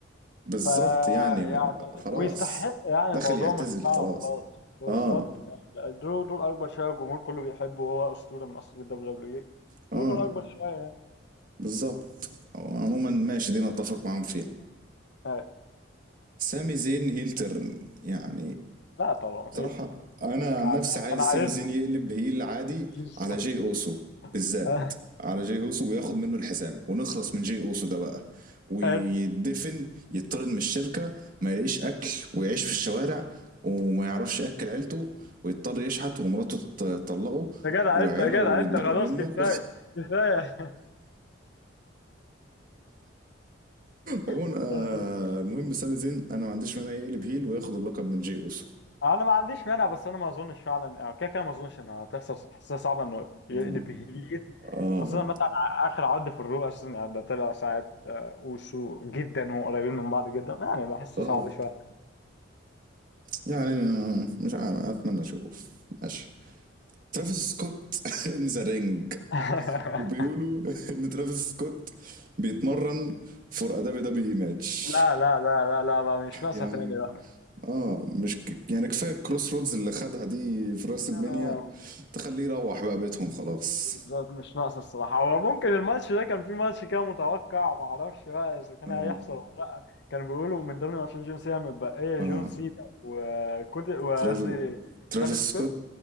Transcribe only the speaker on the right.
بالظبط
يعني خلاص
داخل
يعتزل
خلاص
اه
اه
بالظبط عموما ماشي دي نتفق معاهم فيها
سامي زين هيل تيرن يعني
بصراحة
أنا عن
نفسي عايز
سامي زين يقلب هيل عادي
على جاي أوسو بالذات
على جاي أوسو وياخد منه الحزام ونخلص من جاي أوسو ده بقى ويدفن
يطرد من الشركة ما يلاقيش أكل ويعيش في الشوارع وما يعرفش يأكل عيلته ويضطر يشحت ومراته تط- تطلقه
وعياله
يتبروا
منه
<laughs>
عموما
آه، المهم سامي زين أنا ما عنديش مانع يقلب هيل وياخد اللقب من جاي أوسو
نعم.
آه
آه
يعني ما- مش عارف اتمنى اشوف ماشي ترافيس سكوت <laughs> ان ذا رينج
وبيقولوا <laughs> ان ترافيس سكوت بيتمرن فور ادابي دبليو اي ماتش
يعني
اه مش ك- يعني كفايه كروس رودز اللي خدها دي في راس
المنيا تخليه يروح بقى بيتهم خلاص
اه
اه
ترافيس ترافيس
سكوت